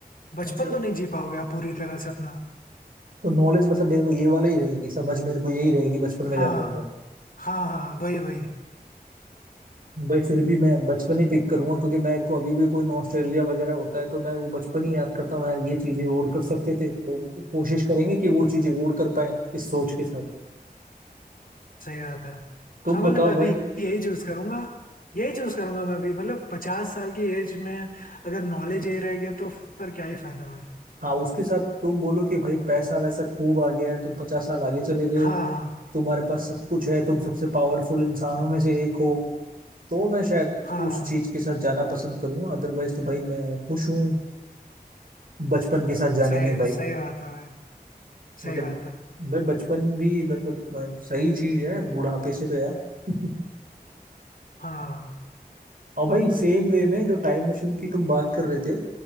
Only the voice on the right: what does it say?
अच्छा
तो नॉलेज मतलब मेरे को ये वाला ही रहेगी समझ मेरे को यही रहेगी बचपन में
जाता हूँ तो
भाई फिर भी मैं बचपन ही पिक करूंगा क्योंकि मेरे को अभी भी कोई ऑस्ट्रेलिया वगैरह होता है तो मैं वो बचपन ही याद करता हूँ यार ये चीजें और कर सकते थे तो कोशिश करेंगे कि वो चीजें और कर पाए इस सोच के साथ
तुम
बताओ
भाई
हाँ उसके साथ तुम बोलो कि भाई पैसा वैसा खूब आ गया है तुम पचास साल आगे चले गए
हो
तुम्हारे पास सब कुछ है तुम सबसे पावरफुल इंसानों में से एक हो तो मैं शायद
उस चीज के साथ जाना पसंद करूंगा अदरवाइज तो भाई मैं खुश हूँ बचपन के साथ जाने
में भाई
मतलब
भाई बचपन भी मतलब अ, सही चीज है बुढ़ापे से तो यार <laughs>
और भाई सेम वे में जो टाइम मशीन की तुम बात कर रहे थे